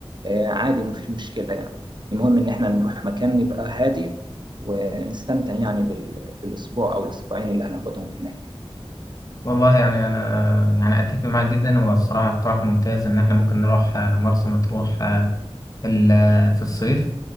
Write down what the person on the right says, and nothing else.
آه، عادي مفيش مشكلة يعني المهم ان احنا نروح مكان يبقى هادي ونستمتع يعني بال- بالاسبوع او الاسبوعين اللي هناخدهم هناك